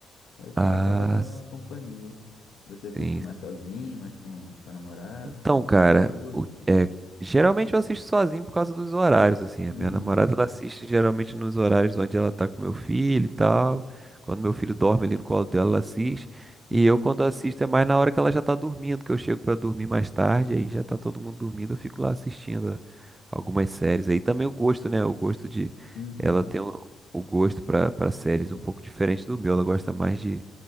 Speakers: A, on the left; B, on the right.
A: aca-
B: Ah,
A: acaba tendo uma companhia. Você assiste
B: sim.
A: mais sozinho, mais com, com a namorada,
B: Então,
A: com a
B: cara,
A: esposa?
B: o- é, geralmente eu assisto sozinho por causa dos horários, assim. A
A: Uhum,
B: minha namorada, ela assiste geralmente nos horários onde ela tá com meu filho e tal. Quando meu filho dorme ali no colo dela, ela assiste.
A: uhum,
B: E eu, quando assisto, é mais na hora que ela já tá dormindo, que eu chego pra dormir mais tarde, aí já tá todo mundo dormindo, eu fico lá assistindo a- algumas séries. Aí também o gosto, né? O gosto de...
A: uhum.
B: Ela tem o, o gosto pra para séries um pouco diferente do meu. Ela gosta mais de,